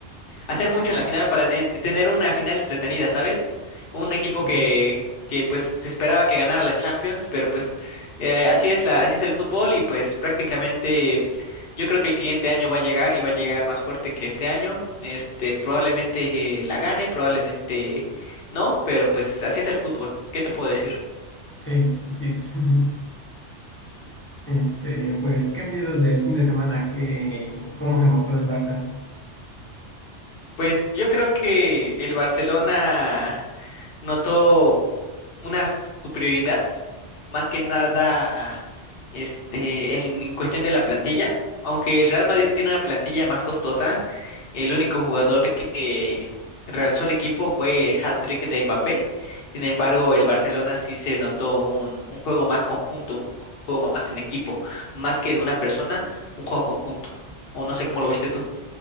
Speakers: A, on the left; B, on the left.
A: hacer mucho en la final para eh, t- tener una final entretenida, ¿sabes? Un equipo
B: Sí,
A: que, que pues se esperaba que ganara la Champions, pero pues eh, así es la, así es el fútbol y pues prácticamente yo creo que el siguiente año va a llegar y va a llegar más fuerte que este año. Este, probablemente eh, la gane, probablemente no, pero pues así es el fútbol. ¿Qué te puedo decir?
B: sí, así es. <laughs> Este, pues, ¿qué piensas del fin de semana? ¿Qué, cómo se mostró el Barça?
A: Pues yo creo que el Barcelona notó una superioridad más que nada este, en, en cuestión de la plantilla. Aunque el Real Madrid tiene una plantilla más costosa, el único jugador que realzó el equipo fue el hat-trick de Mbappé. Sin embargo, el Barcelona sí se notó un, un juego más conjunto, un juego más en equipo, más que de una persona, un juego conjunto. O no sé cómo lo viste tú.